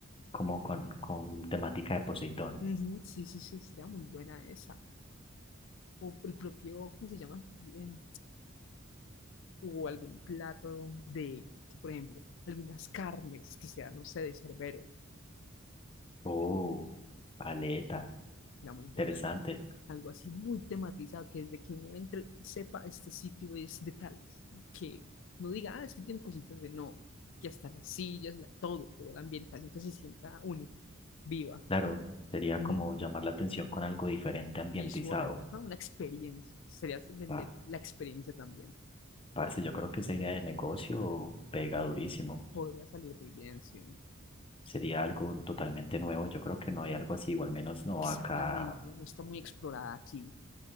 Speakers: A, on the left; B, on the left.
A: como con, con temática de Poseidón.
B: Ujú, sí, sí, sí, sería muy buena esa. O el propio, ¿cómo se llama? Eh, o algún plato de, que, por ejemplo, algunas carnes que sean, no sé, de cerbero
A: Oh, aleta.
B: Era muy buena.
A: Interesante.
B: Algo así muy tematizado, que desde que uno entre, sepa este sitio es de tal, que no diga, ah, es que tiene cositas de no, que hasta las sillas, la- todo, toda la ambientación que se sienta única, viva,
A: Claro, sería
B: ujú,
A: como llamar la atención con algo diferente ambientizado.
B: visual, ajá, una experiencia. Sería vender
A: Pa-
B: la experiencia también.
A: parce, yo creo que esa idea de negocio pega durísimo.
B: Podría salir muy bien, sí.
A: Sería algo totalmente nuevo. Yo creo que no hay algo así, o al menos no
B: Exactamente,
A: acá.
B: no está muy explorada aquí.